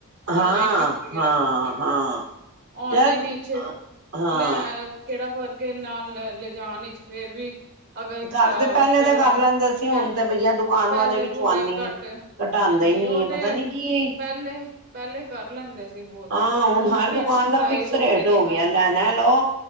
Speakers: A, on the right; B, on the right.
A: ਔਨਲਾਈਨ
B: ਹਾਂ,
A: ਵਿੱਚ ਵੀ ਕੇੜਾ
B: ਹਾਂ,
A: ਫਰਕ ਏ
B: ਹਾਂ
A: ਔਨਲਾਈਨ
B: ਯਾਰ
A: ਇਚ
B: ਹਾਂ
A: ਲੈ ਕੇੜਾ ਫਰਕ ਏ ਨਾਲ ਲੇ ਲੇਜਾਣ ਚ ਫੇਰ ਵੀ ਅਗਰ ਅ
B: ਘਰਦੇ ਪੈਲੇ
A: ਕਰਵਾਣ
B: ਤਾਂ ਕਰ ਲੈਂਦੇ ਸੀ
A: ਪੈ
B: ਹੁਨ ਤੇ ਬਈਆ ਦੁਕਾਨ
A: ਪੈਸੇ
B: ਵਾਲੇ ਵੀ
A: ਪੂਸੇ
B: ਚਵਾਨੀ
A: ਘੱਟ
B: ਘਟੈਦੇ
A: ਹਾਂਜੀ
B: ਈਨੀ,
A: ਉਹ
B: ਪਤਾ
A: ਤੇ
B: ਨੀ ਕੀ
A: ਪਹਿਲੇ ਪਹਿਲੇ ਕਰ ਲੈਂਦੇ ਸੀ ਬਹੁਤ
B: ਆ, ਹੁਣ ਹਰ
A: ਫਿਕਸਡ
B: ਦੁਕਾਨ
A: ਪ੍ਰਾਈਜ਼
B: ਦਾ ਫਿਕਸ ਰੇਟ
A: ਗਏ ਨੇ
B: ਹੋ ਗਿਆ,
A: ਹਰ
B: ਲੈਣਾ ਲਓ